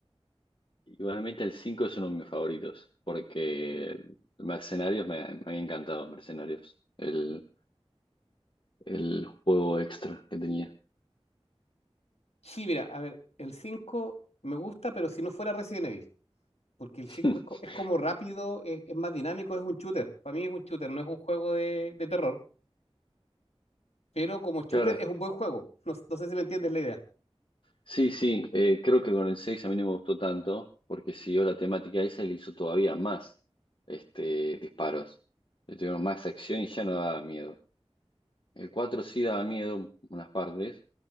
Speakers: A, on the left (about 50°); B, on the left (about 90°).
A: Igualmente el 5 es uno de mis favoritos, porque Mercenarios me, me había encantado, Mercenarios, el, el juego extra que tenía.
B: Sí, mira, a ver, el 5 me gusta, pero si no fuera Resident Evil, porque el
A: <laughs>
B: cinco es, co- es como rápido, es, es más dinámico, es un shooter. Para mí es un shooter, no es un juego de de terror. pero como shooter
A: Claro,
B: es un buen juego. <laughs> No, no sé si me entiendes la idea.
A: sí, sí, eh, creo que con el 6 a mí no me gustó tanto, porque siguió la temática esa y le hizo todavía más este, disparos. Le tuvieron más acción y ya no daba miedo. El 4 sí daba miedo unas partes,